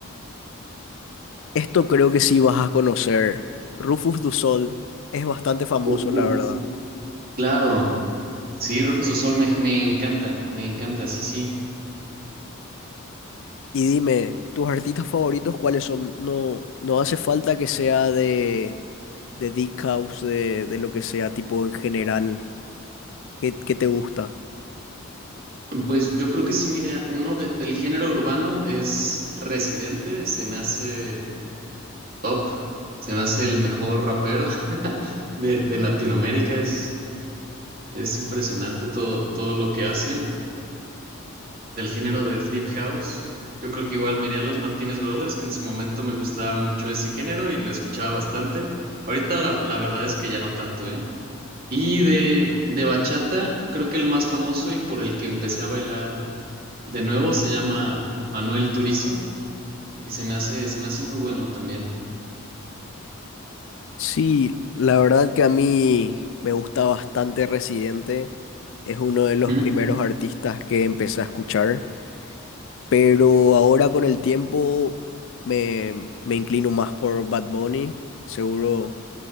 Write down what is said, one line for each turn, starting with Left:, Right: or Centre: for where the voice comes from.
Left: Esto creo que sí vas a conocer. Rufus Du Sol es bastante famoso,
Right: Uh,
Left: la verdad.
Right: claro, sí, Rufus du Sol me, me encanta, me encanta, sí, sí.
Left: Y dime, ¿tus artistas favoritos cuáles son? No, no hace falta que sea de, de Deep House, de, de lo que sea, tipo en general. ¿Qué, qué te gusta?
Right: Pues yo creo que sí, mira, uno de- del género urbano es Residente, se me hace top, se me hace el mejor rapero <laughs> de, de Latinoamérica, es, es impresionante todo, todo lo que hace. del género del Deep House. Yo creo que igual miré a los Martínez Brothers, que en su momento me gustaba mucho ese género y lo escuchaba bastante. Ahorita la, la verdad es que ya no tanto, ¿eh? Y de, de bachata, creo que el más famoso y por el que empecé a bailar de nuevo se llama Manuel Turizo y se me hace, se me hace muy bueno también.
Left: Sí, la verdad que a mí me gusta bastante Residente. Es uno de los
Right: Mm.
Left: primeros artistas que empecé a escuchar, pero ahora con el tiempo me, me inclino más por Bad Bunny. Seguro